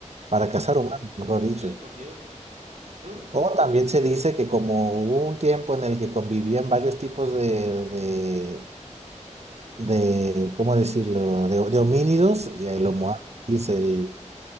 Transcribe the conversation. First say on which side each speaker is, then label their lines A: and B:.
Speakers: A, on the right; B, on the right.
A: para cazar
B: lo-
A: humanos, mejor dicho.
B: ay, por Dios. Uf.
A: O también se dice que como hubo un tiempo en el que convivían varios tipos de, de, ¿cómo decirlo? De, de homínidos, ya
B: Ajá.
A: el Sí. Homo habilis, el,